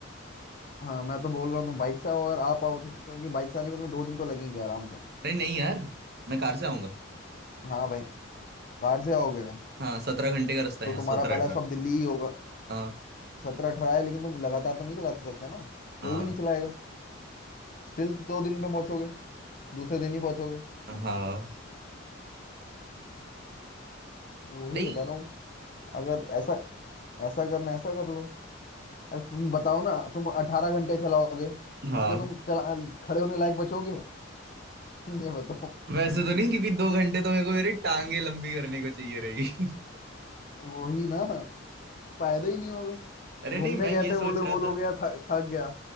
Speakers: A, on the left; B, on the right.
A: हाँ मैं तो बोल रहा हूँ तुम बाइक से आओ और आप आओ तो क्योंकि बाइक से आने में तुम्हें दो दिन तो लगेंगे आराम से
B: अरे नहीं यार मैं कार से आऊंगा
A: हाँ भाई कार से आओगे
B: हाँ सत्रह घंटे का रास्ता है
A: तो
B: यहाँ
A: तुम्हारा
B: सत्रह
A: पहला
B: अठारह
A: स्टॉप दिल्ली ही होगा
B: हाँ
A: सत्रह अठारह है लेकिन तुम लगातार तो नहीं चला सकते ना
B: हाँ
A: कोई भी नहीं चलाएगा स्टिल दो दिन में पहुंचोगे दूसरे दिन ही पहुंचोगे
B: हाँ
A: वही
B: भाई
A: बता रहा हूँ अगर ऐसा ऐसा करना ऐसा कर लो अरे तुम बताओ ना तुम अठारह घंटे चलाओगे
B: हाँ
A: उसके तुम चला खड़े होने लायक बचोगे <laughs> ये बताओ
B: वैसे तो नहीं क्योंकि दो घंटे तो मेरे को मेरी टांगे लंबी करने को चाहिए रहेगी
A: वही ना
B: <laughs>
A: फायदा ही नहीं होगा
B: अरे
A: घूमने
B: नहीं मैं
A: गए
B: ये
A: थे बोले
B: सोच रहा
A: वो लोग
B: था
A: यार थक थक गया